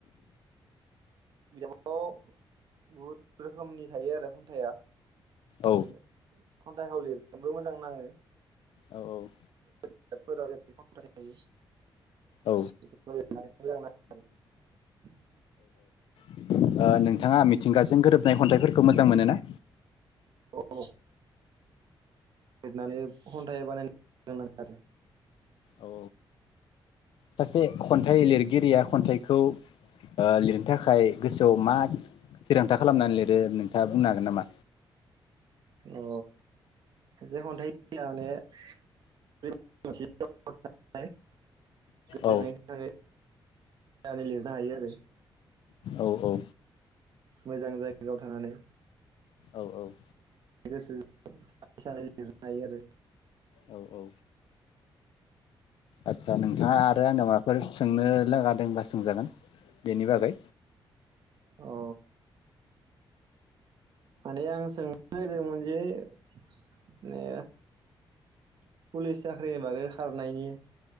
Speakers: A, on the right (about 55°); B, on the left (about 70°).
A: <unintelligible> बहुद रोखोमनि थायो आरो खन्थाइआ
B: औ
A: बेनो खन्थाइ हाव लिरनोबो मोजां नाङो
B: औ औ
A: <unintelligible>
B: औ
A: <inaudible>
B: <inaudible> ओ नोंथाङा मिथिंगाजों गोरोबनाय खन्थाइफोरखौ मोजां मोनो ना
A: औ औ लिरनानै खन्थाइ बानायनो <inaudible> आरो
B: औ सासे खन्थाइ लिरगिरिया खन्थाइखौ ओ लिरनो थाखाय गोसोआव मा थिरांथा खालामनानै लिरो नोंथाङा बुंनो हागोन नामा
A: अ जे खन्थाइया <inaudible> माने <inaudible> गो <unintelligible> जो <unintelligible>
B: औ
A: न ना <inaudible> नै लिरनो हायो आरो
B: औ औ
A: मोजां जायगायाव थानानै
B: औ औ
A: गोसोजों <unintelligible> सनै सानै लिरनो हायो आरो
B: औ औ आदसा नोंथाङा आरो आंनिआव माबाफोर सोंनो लागा दोंबा सोंजागोन बेनि बागै
A: औ माने आं सोंनो <unintelligible> नागिरदोंमोन जे माने पुलिस चाख्रिनि बागै खारनायनि